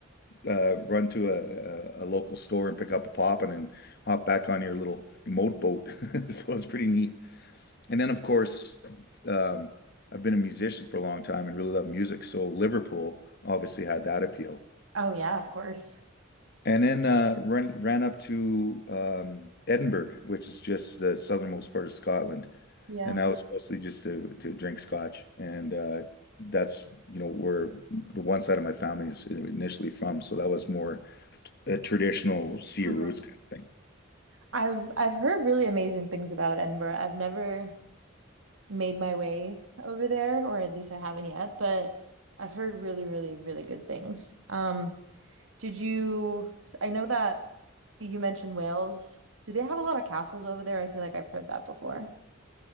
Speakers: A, on the left (about 50°); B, on the right (about 85°).
A: uh, run to a, a, a local store and pick up a poppin' and hop back on your little moat boat. <laughs> So it's pretty neat. And then, of course, um, I've been a musician for a long time and really love music. So Liverpool obviously had that appeal.
B: Oh yeah, of course.
A: and then uh, ran ran up to um, Edinburgh, which is just the southernmost part of Scotland,
B: Yeah.
A: and that Mhm. was mostly just to to drink scotch, and uh, that's you know where the one side of my family is initially from, so that was more a traditional Sea
B: Mhm.
A: of Roots kind of thing.
B: I've I've heard really amazing things about Edinburgh. I've never made my way over there, or at least I haven't yet, but I've heard really, really, really good things. Um, did you, s- I know that you mentioned Wales. Do they have a lot of castles over there? I feel like I've heard that before.